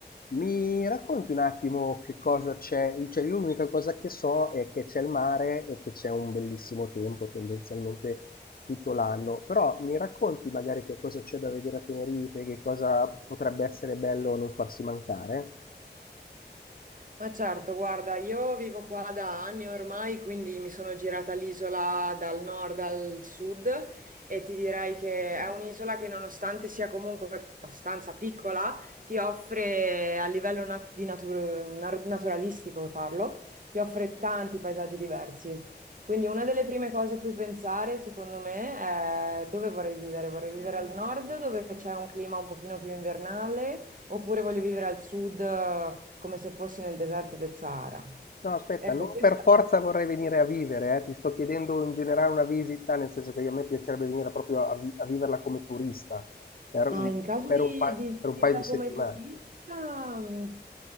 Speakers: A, on the left; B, on the right.
A: Mi racconti un attimo che cosa c'è? Cioè, io l'unica cosa che so è che c'è il mare e che c'è un bellissimo tempo, tendenzialmente tutto l'anno, però mi racconti magari che cosa c'è da vedere a Tenerife, che cosa potrebbe essere bello non farsi mancare?
B: Ma certo, guarda, io vivo qua da anni ormai, quindi mi sono girata l'isola dal nord al sud e ti direi che è un'isola che nonostante sia comunque abbastanza piccola, ti offre a livello nat- di natur- nar- naturalistico, parlo, ti offre tanti paesaggi diversi. Quindi una delle prime cose a cui pensare, secondo me, è dove vorrei vivere. Vorrei vivere al nord, dove c'è un clima un pochino più invernale, oppure voglio vivere al sud, eh, come se fossi nel deserto del Sahara.
A: No, aspetta,
B: Ecco,
A: non
B: questa...
A: per forza vorrei venire a vivere, eh, Ti sto chiedendo in generale una visita, nel senso che a me piacerebbe venire proprio a, vi- a viverla come turista per un,
B: Ah, in caso
A: per
B: di,
A: un pa-
B: di
A: per
B: visita
A: un paio di
B: come
A: settimane.
B: turista, mh,